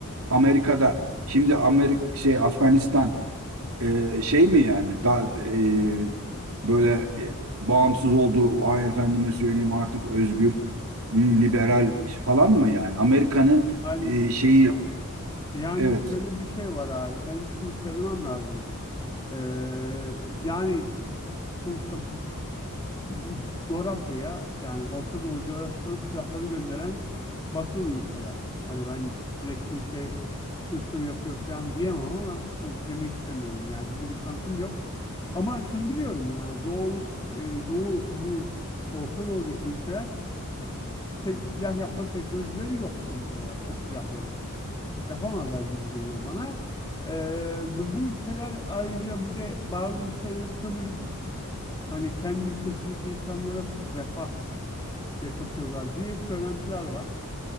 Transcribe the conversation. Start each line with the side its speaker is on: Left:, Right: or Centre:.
Right: Amerika'da Şimdi Amerika şey Afganistan ee, şey mi yani daha e, böyle e, bağımsız olduğu ay efendime söyleyeyim artık özgür liberal falan mı yani Amerika'nın
Left: Yani
Right: e, şeyi
Left: yani
Right: evet
Left: şöyle bir şey var abi. Benim şunu söylemem lazım. Ee, yani sonuçta bu bu coğrafyaya yani Orta Doğu coğrafyasına silahları gönderen Batılı ülkeler. Hani ben direkt kimseye şu şu yapıyor falan diyemem ama şu demek istemiyorum yani çünkü bir kanıtım yok. Ama şunu biliyorum yani Doğu, Doğu bu Orta Doğu'daki ülkelerin te- silah yapma teknolojileri yok sonuç olarak o silahları. Yapamazlar gibi geliyor bana. Ee, ve bu ülkeler ayrıca bir de bazı ülkeleri sömürüp hani kendi ülkesindeki insanlara refah yaşatıyorlar diye söylentiler var.